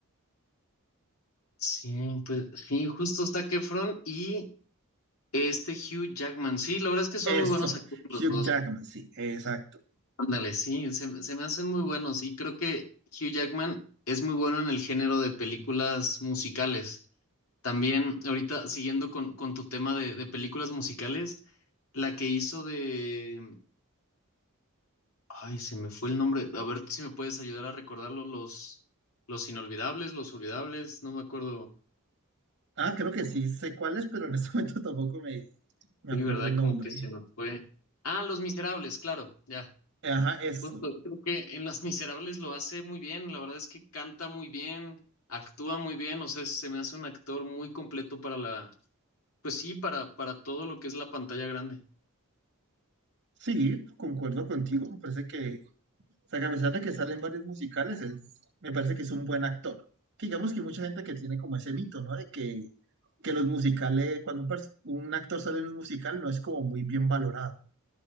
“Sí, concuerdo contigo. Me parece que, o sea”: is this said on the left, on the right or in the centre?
Right